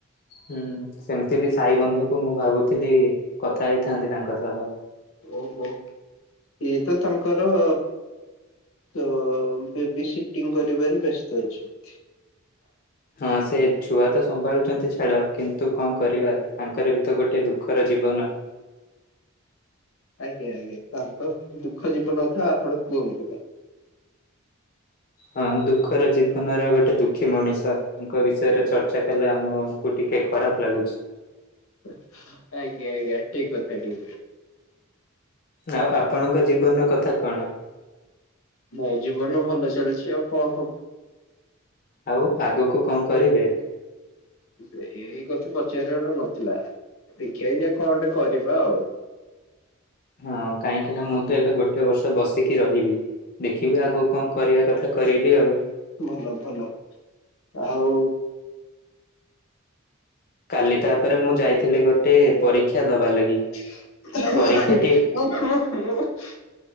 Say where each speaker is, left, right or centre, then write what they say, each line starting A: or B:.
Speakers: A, on the left (about 45°); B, on the left (about 75°).
A: ହୁଁ ସେମିତି ବି ସାଇ ବନ୍ଧୁକୁ ମୁଁ ଭାବୁଥିଲି କଥା ହେଇଥାନ୍ତି ତାଙ୍କ ସହ।
B: ଓହୋ, ସିଏ ତ ତାଙ୍କର। ତ ବେବି ସିଟିଂ କରିବାରେ ବ୍ୟସ୍ତ ଅଛନ୍ତି।
A: ହଁ ସେ ଛୁଆ ତ ସମ୍ଭାଳୁଛନ୍ତି ଛାଡ଼ କିନ୍ତୁ କଣ କରିବା ତାଙ୍କର ବି ତ ଗୋଟେ ଦୁଃଖର ଜୀବନ।
B: ଆଜ୍ଞା, ଆଜ୍ଞା, ତାଙ୍କ ଦୁଃଖ ଜୀବନ କଥା ଆଉ ଆପଣ କୁହନ୍ତୁ ନି।
A: ହଁ ଦୁଃଖର ଜୀବନର ଗୋଟେ ଦୁଃଖୀ ମଣିଷ ତାଙ୍କ ବିଷୟରେ ଚର୍ଚ୍ଚା କଲେ ଆମକୁ। କୁ ଟିକେ ଖରାପ ଲାଗୁଛି।
B: ଆଜ୍ଞା, ଆଜ୍ଞା ଠିକ୍ କଥା ବି।
A: ଆଉ ଆପଣଙ୍କ ଜୀବନର କଥା କଣ।
B: ମୋ ଜୀବନ ଭଲ ଚାଲିଛି ଆଉ କଣ ହବ।
A: ଆଉ ଆଗକୁ କଁ କରିବେ।
B: ସେ ଏଇ କଥା ପଚାରିବାର ନଥିଲା ଦେଖିବା କି କଣ ଗୋଟେ କରିବା ଆଉ।
A: ହଁ କାହିଁକି ନା ମୁଁ ତ ଏବେ ଗୋଟେ ବର୍ଷ ବସିକି ରହିବି। ଦେଖିବି ଆଗକୁ କଁ କରିବା କଥା କରିବି ଆଉ।
B: ଭଲ ଭଲ ଆଉ।
A: କାଲି ତାପରେ ମୁଁ ଯାଇଥିଲି ଗୋଟେ ପରୀକ୍ଷା ଦବା ଲାଗି।
B: <unintelligible>
A: ପରୀକ୍ଷାଟି